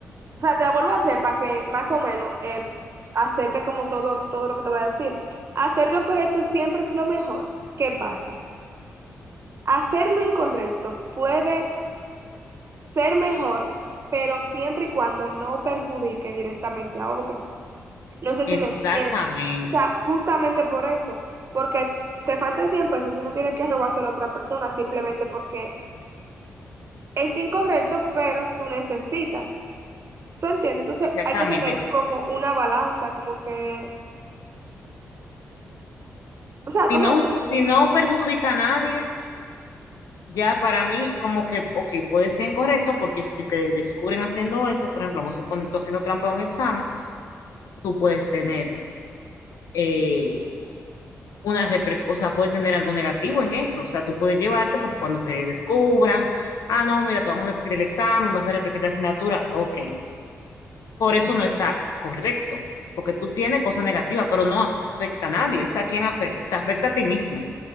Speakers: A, on the right; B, on the left.
A: O sea, te la vuelvo a hacer para que más o menos eh, hacerte como todo, todo lo que te voy a decir. Hacer lo correcto siempre es lo mejor. ¿Qué pasa? Hacer lo incorrecto puede ser mejor, pero siempre y cuando no perjudique directamente a otros. No sé si
B: Exactamente,
A: me entiendes. O sea, justamente por eso, porque te faltan 100 pesos, tú no tienes que robárselo a otra persona simplemente porque es incorrecto, pero tú necesitas. ¿Tú entiendes? Entonces
B: exactamente.
A: hay que tener como una balanza, como que O sea,
B: Si
A: tú
B: no,
A: me entiendes.
B: si no perjudica a nadie, Ya para mí, como que, ok, puede ser incorrecto porque si te descubren haciendo eso, por ejemplo, vamos a suponer tú haciendo trampa en un examen, tú puedes tener eh, una reper- o sea, puedes tener algo negativo en eso. O sea, tú puedes llevarte porque cuando te descubran, ah, no, mira, te vamos a repetir el examen, vas a repetir la asignatura, ok. Por eso no está correcto, porque tú tienes cosas negativas, pero no afecta a nadie. O sea, ¿quién afecta? Te afecta a ti mismo,